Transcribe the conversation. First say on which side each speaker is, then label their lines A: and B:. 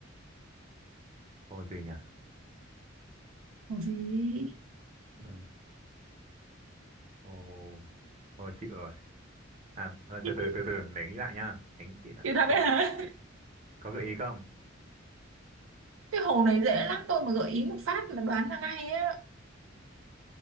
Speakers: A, on the right (about 35°); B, on the right (about 85°).
A: Hồ gì nhỉ?
B: hồ gì
A: Ờ, hồ hồ chịu rồi. À thôi, từ
B: <laughs>
A: từ từ từ để nghĩ lại nhá. Tính kỹ đã.
B: chữ thật
A: Có
B: đấy hả
A: có gợi ý không?
B: cái hồ này dễ lắm tôi mà gợi ý một phát là đoán ra ngay á